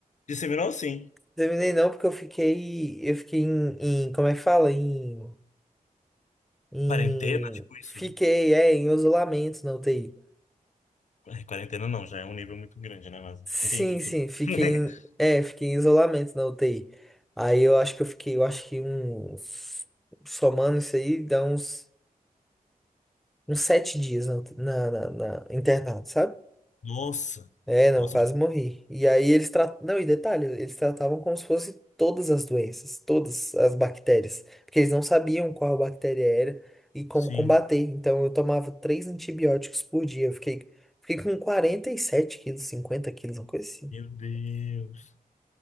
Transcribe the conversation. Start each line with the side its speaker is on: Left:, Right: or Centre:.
Left: Disseminou, sim.
Centre: Disseminei não, porque eu fiquei. Eu fiquei em, em- como é que fala? Em, em.
Left: Quarentena, tipo
Centre: Fiquei,
Left: isso.
Centre: é, em isolamento na UTI.
Left: É, Quarentena não, já é um nível muito grande, né? Mas
Centre: Sim,
Left: entendi, entendi.
Centre: sim, fiquei
Left: <laughs>
Centre: em. É, fiquei em isolamento na UTI. Aí eu acho que eu fiquei, eu acho que uns. Somando isso aí, dá uns, uns sete dias na, na, na, na internado, sabe?
Left: Nossa!
Centre: É, não,
Left: Nossa,
Centre: quase morri. E aí eles tratavam. Não, e detalhe, eles tratavam como se fosse todas as doenças, todas as bactérias. Porque eles não sabiam qual bactéria era e como
Left: sim.
Centre: combater. Então eu tomava três antibióticos por dia. Eu fiquei, fiquei com 47 quilos, 50 quilos, uma coisa assim.
Left: Meu Deus.